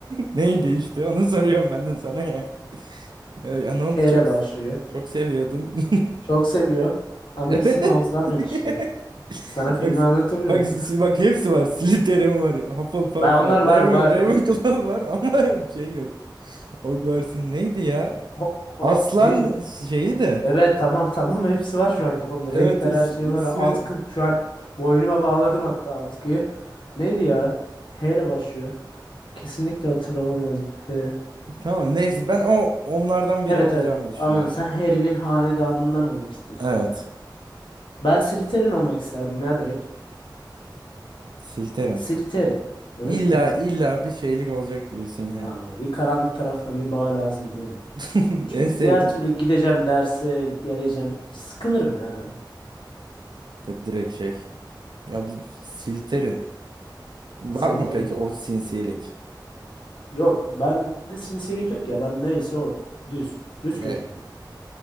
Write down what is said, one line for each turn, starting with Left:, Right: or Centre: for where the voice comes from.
Right: <laughs> Neydi işte? Onu soruyorum ben de sana ya. E, ya ne oldu
Left: H
Right: çok
Left: ile başlıyor.
Right: çok seviyordun. <laughs>
Left: Çok seviyorum. Ama
Right: Evet.
Left: isim hafızam
Right: <laughs>
Left: yok işte. Sana filmi
Right: Bak
Left: anlatabilirim.
Right: bak bak hepsi var. Slytherin var. Hufflepuff
Left: Ben onlar
Right: var. Raven,
Left: var var.
Right: Ravenclaw var <laughs> ama şey yok. Hogwarts'ın neydi ya?
Left: Ho, ho
Right: Aslan
Left: neydi lan?
Right: şeyi de.
Left: Evet tamam tamam hepsi var şu an kafamda.
Right: Evet
Left: Renkler
Right: is-
Left: her şey
Right: ismi
Left: var. Atkı şu an boynuma bağladım hatta atkıyı. Neydi ya? H ile başlıyor. Kesinlikle hatırlamam lazım. H.
Right: tamam neyse ben o onlardan biri
Left: Evet
Right: olacağımı
Left: evet.
Right: düşünüyordum.
Left: Anladım. Sen Harry'nin hanedanından olmak istiyorsun.
Right: Evet.
Left: Ben Slytherin olmak isterdim ya direkt.
Right: Silteren.
Left: Slytherin. Evet
Right: İlla
Left: tabii.
Right: illa bir şeylik olacak diyorsun yani.
Left: Ya bir karanlık tarafla bir bağ lazım biliyor musun?
Right: <laughs>
Left: Çünkü
Right: En sevdiğim.
Left: diğer türlü gideceğim derse geleceğim. Sıkılırım ya ben.
Right: De direkt şey. Ya bir bir Silterin. Var
Left: Slytherin.
Right: mı peki o sinsilik?
Left: Yok ben de sinsilik yok ya. Ben neyse o. Düz. Düz kötüyüm
Right: E
Left: ben.